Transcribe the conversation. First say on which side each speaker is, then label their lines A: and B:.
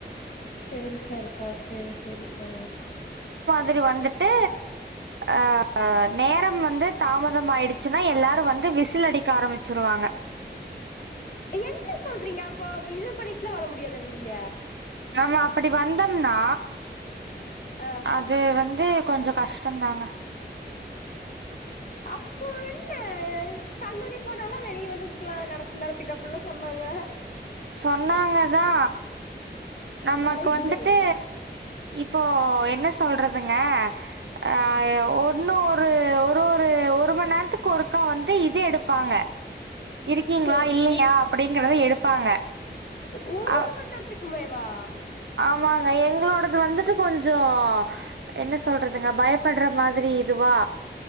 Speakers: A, on the left (about 45°); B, on the right (about 80°).
A: பேருசா இருக்கா சேரி சேரி அ
B: துரி வந்துட்டு அ அ நேரம் வந்து தாமதம் ஆயிடுச்சுனா எல்லாரு வந்து விசில் அடிக்க ஆரமிச்சிருவாங்க
A: என்ன சொல்றீங்க அப்போப் இது பண்ணிட்லா வர முடியாத வெளிய
B: நம்ம அப்படி வந்தம்னா
A: ஆ
B: அது வந்து கொஞ்சொ கஷ்ட்டந்தாங்க
A: அப்போ என்ன கல்லூரி போனாலா வெளிய வந்துக்கலா நெடச்ச நேரத்துக் அப்புல்லா சொன்னாங்க
B: சொன்னாங்கதா நம்மக்
A: ஆனா இல்லையா
B: வந்துட்டு இப்போ ஒ என்ன சொல்றதுங்க அ ய ஒன்னு ஒரு ஒரு ஒரு ஒரும நேர்த்துக் கொறுக்கா வந்து இது எடுப்பாங்க இருக்கீங்ளா
A: சரி
B: இல்லையா அப்புடிங்கிற எடுப்பாங்க
A: ஒரு
B: அ
A: ஒரு மண் நேர்த்துக்குமேவா
B: ஆமாங்க எங்ளோடது வந்துட்டு கொஞ்சோ என்ன சொல்றதுங்க பயப்பட்ற மாதுரி இதுவா